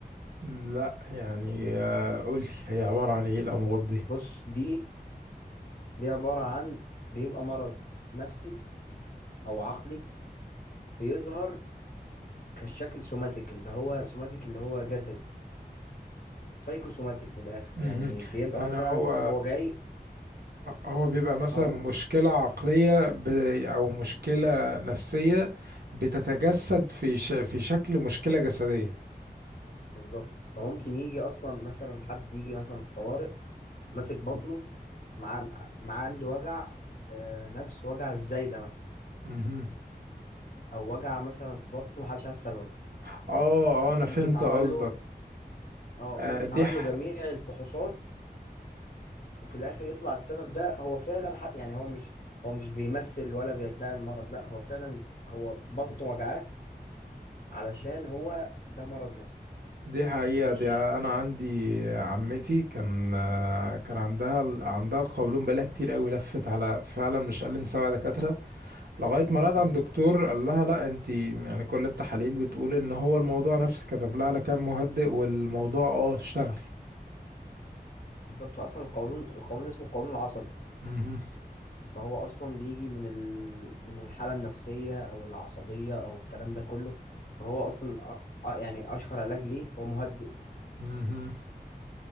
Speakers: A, on the right (about 75°); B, on the left (about 50°).
A: لا يعني آه قولي هي عباره عن ايه الامراض دي
B: بص دي دي عبارة عن بيبقى مرض نفسي أو عقلي بيظهر كشكل سوماتيك اللي هو سوماتيك اللي هو جسدي سايكو سوماتيك من الآخر
A: مهم.
B: يعني بيبقى
A: يعني
B: مثلا
A: هو
B: هو جاي
A: هو بيبقى مثلا
B: أقول
A: مشكلة عقلية ب... أو مشكلة نفسية بتتجسد في ش... في شكل مشكلة جسدية
B: بالظبط فممكن يجي أصلا مثلا حد يجي مثلا الطوارئ ماسك بطنه مع مع عنده وجع آه، نفس وجع الزايدة مثلا
A: مهم.
B: او وجع مثلا في بطنه محدش عارف سببه
A: اه اه أنا فهمت
B: ممكن يتعمل
A: قصدك
B: له اه
A: آه،
B: ممكن
A: دي
B: يتعمل
A: ح...
B: له جميع الفحوصات وفي الاخر يطلع السبب ده هو فعلا حق يعني هو مش هو مش بيمثل ولا بيدعي المرض لا هو فعلا هو بطنه وجعاه علشان هو ده مرض نفسي
A: دي حقيقة
B: مش
A: دي أنا عندي عمتي كان آه، كان عندها ال- عندها القولون بقالها كتير قوي لفت على فعلا مش أقل من سبع دكاترة لغاية ما رأت
B: مم.
A: عند دكتور قال لها لا انت يعني كل التحاليل بتقول ان هو الموضوع نفسي كتب لها على كام مهدئ والموضوع اه اشتغل
B: بالظبط هو اصلا القولون القولون اسمه القولون العصبي
A: مهم.
B: فهو اصلا بيجي من ال... من الحاله النفسيه او العصبيه او الكلام ده كله فهو اصلا أ- أ- يعني اشهر علاج ليه هو مهدئ
A: مهم.